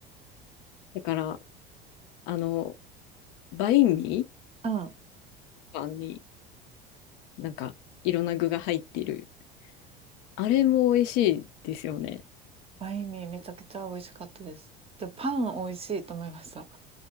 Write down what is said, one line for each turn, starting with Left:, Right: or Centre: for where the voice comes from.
Left: だから、あの、バインミ
Right: うん。
Left: ーパンになんかいろんな具が入っているあれも美味しいですよね。
Right: バインミーめちゃくちゃ美味しかったです。で、パン美味しいと思いました。